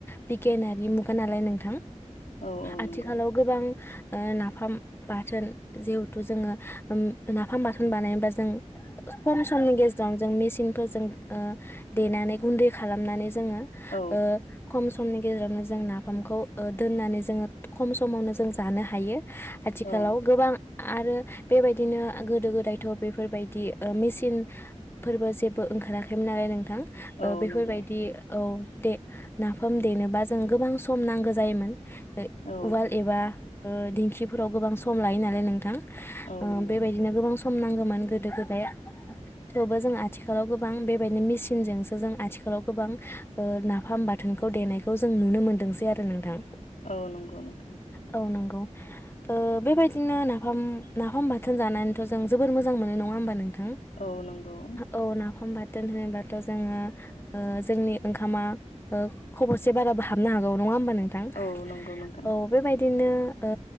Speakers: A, on the left; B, on the left.
A: बिगिनारि मुगा नालाय नोंथां।
B: औ औ
A: आथिखालाव
B: नंगौ
A: गोबां ओ नाफाम बाथोन जिहेथु जोङो उम। नाफाम बाथोन बानायोबा जों खम समनि गेजेरावनो जों मेचि चिनखौ जों ओ देनानै गुन्दै खालामनानै जोङो
B: औ
A: ओ खम सम। समनि गेजेरावनो जों नाफामखौ ओ दोननानै जोङो खम समावनो जों जानो हायो। आथिखालाव
B: औ
A: गोबां। आरो बेबायदिनो गोदो गोदायथ' बेफोरबायदि मेसिनफोरबो जेबो ओंखाराखैमोन नालाय नोंथां। ओ
B: औ
A: बेफोरबायदि
B: नंगौ
A: औ। दे नाफाम देनोबा जों गोबां सम नांगौ जायोमोन।
B: औ
A: उवाल एबा ओ दिंखिफोराव गोबां सम लायो नालाय नोंथां
B: औ
A: ओ
B: नंगौ।
A: बेबायदिनो गोबां सम खामनांगौमोन गोदो गोदाय थेवबो जों आथिखालाव गोबां बेबायदि मेसिनजोंसो जों आथिखालाव गोबां ओ नाफाम बाथोनखौ देनायखौ जों नुनो मोनदोंसै आरो नोंथां
B: औ नंगौ नोंथां
A: औ नंगौ। ओ बेबायदिनो नाफाम नाफाम बा थोन जानानैथ' जों जोबोर मोजां मोनो नङा। नङा होनबा नोंथां
B: औ नंगौ
A: औ नाफाम बाथ थोन होनोबाथ' जोङो ओ जोंनि ओंखामा खबसे बारा हा हाबनो हागौ नङा होमबा नोंथां
B: औ नंगौ नोंथां
A: औ बेबायदिनो ओ